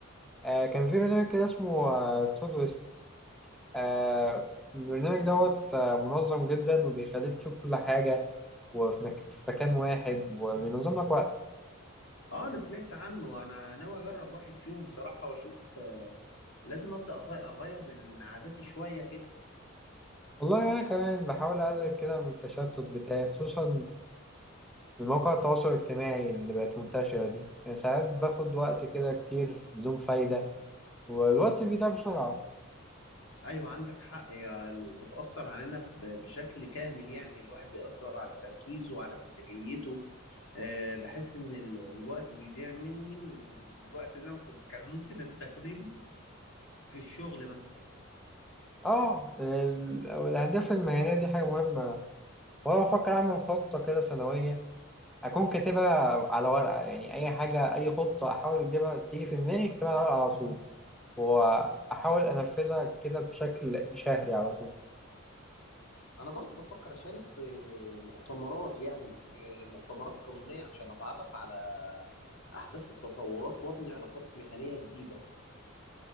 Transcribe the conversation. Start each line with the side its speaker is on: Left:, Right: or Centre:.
Centre: آه كان في برنامج كده اسمه تود ويست آه البرنامج دوت آه منظم جدا وبيخليك تشوف كل حاجة وفي مك... في مكان واحد وبينظم لك وقتك
Left: أه أنا سمعت عنه أنا ناوي أجرب واحد فيهم بصراحة وأشوف آه، لازم أبدأ أغي- أغير من عاداتي شوية كده
Centre: والله أنا كمان بحاول أقلل كده من التشتت بتاعي خصوصا المواقع التواصل الاجتماعي اللي بقت منتشرة دي يعني ساعات باخد وقت كده كتير بدون فايدة والوقت بيضيع بسرعة
Left: أيوة عندك حق يا ال- بتأثر علينا ب- بشكل كامل يعني الواحد بيأثر على تركيزه وعلى إنتاجيته آه، بحس إن ال- الوقت بيضيع مني والوقت ده ممكن- كان ممكن أستخدمه في الشغل مثلا
Centre: اه ال- الأهداف المهنية دي حاجة مهمة وأنا بفكر أعمل خطة كده سنوية أكون كاتبها على ورقة يعني أي حاجة أي خطة أحاول أجيبها تيجي في دماغي أكتبها على ورقة على طول وأحاول أنفذها كده بشكل شهري على طول
Left: انا برضو بفكر اشارك في مؤتمرات يعني إيه، مؤتمرات قانونية عشان اتعرف على احداث التطورات وابني علاقات مهنية جديدة